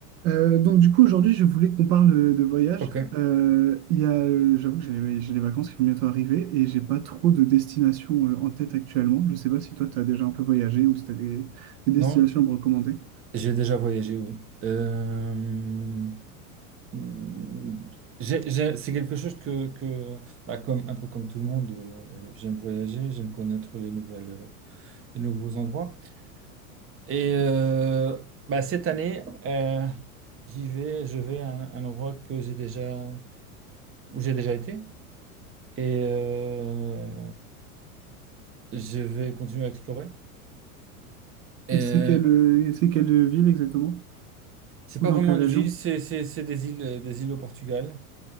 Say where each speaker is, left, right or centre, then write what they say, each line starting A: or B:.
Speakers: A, on the right; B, on the right.
A: Euh, donc du coup aujourd'hui je voulais qu'on parle euh, de voyage.
B: Ok,
A: Euh, il y a, euh, j'avoue que j'ai les, j'ai les vacances qui vont bientôt arriver et j'ai pas trop de destinations euh, en tête actuellement. Je sais pas si toi tu as déjà un peu voyagé ou si tu as des, des destinations
B: non,
A: à me recommander.
B: j'ai déjà voyagé, oui. Euh, mm, j'ai- j'ai- c'est quelque chose que, que bah, comme, un peu comme tout le monde, euh, j'aime voyager, j'aime connaître les nouvelles, euh, les nouveaux endroits. Et euh, bah, cette année, euh, j'y vais, je vais à un, un endroit que j'ai déjà, où j'ai déjà été, et euh, je vais continuer à explorer. Et
A: Et
B: euh,
A: c'est quelle, euh, c'est quelle ville exactement?
B: c'est
A: Ou
B: pas
A: dans
B: vraiment
A: quelle
B: une
A: région?
B: ville, c'est c'est- c'est des îles, des îles au Portugal.